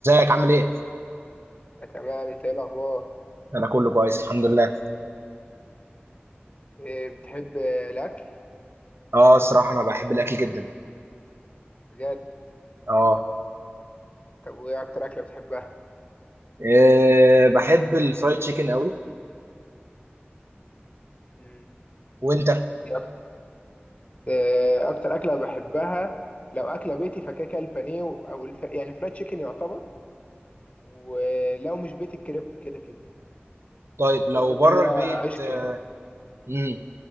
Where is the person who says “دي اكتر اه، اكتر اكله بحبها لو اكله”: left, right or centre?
Left